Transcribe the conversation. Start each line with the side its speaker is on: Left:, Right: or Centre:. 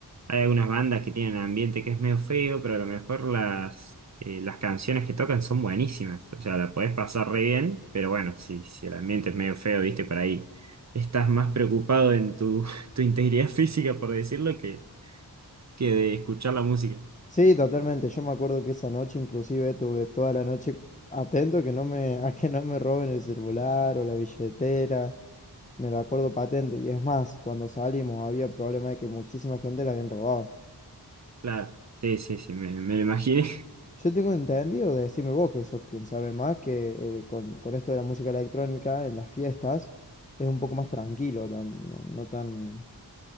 Right: Hay algunas bandas que tienen ambiente que es medio feo, pero a lo mejor las, eh, las canciones que tocan son buenísimas. O sea, la podés pasar re bien, pero bueno, si, si el ambiente es medio feo, viste, por ahí estás más preocupado en tu, <laughs> tu integridad física, por decirlo, que, que de escuchar la música.
Left: Sí, totalmente. Yo me acuerdo que esa noche inclusive tuve toda la noche atento que no me, <laughs> a que no me roben el celular o la billetera. Me lo acuerdo patente. Y es más, cuando salimos había problema de que muchísima gente la habían robado.
Right: Claro, sí, sí, sí, me, me lo imaginé.
Left: Yo tengo entendido, decime vos, que sos quien sabe más, que eh, con, con esto de la música electrónica en las fiestas es un poco más tranquilo, tan- no, no tan,